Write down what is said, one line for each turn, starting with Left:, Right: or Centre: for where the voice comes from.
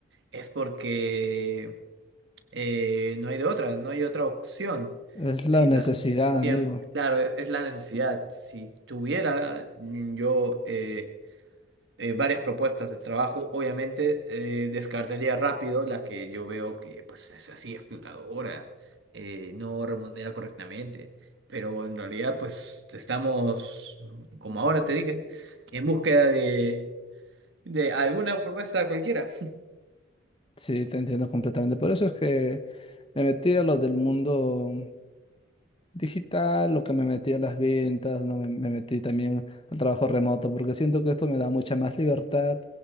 Right: es porque eh, no hay de otra, no hay otra opción.
Left: Es
Right: Si
Left: la necesidad,
Right: la- si
Left: amigo.
Right: am- claro, e- es, la necesidad. Si tuviera mm, yo eh, eh, varias propuestas de trabajo. Obviamente, eh, descartaría rápido la que yo veo que pues, es así explotadora, eh, no remunera correctamente. Pero en realidad, pues estamos, como ahora te dije, en búsqueda de, de alguna propuesta cualquiera.
Left: Sí, te entiendo completamente. Por eso es que me metí a lo del mundo. digital, lo que me metí a las ventas, ¿no? Me, me metí también al trabajo remoto, porque siento que esto me da mucha más libertad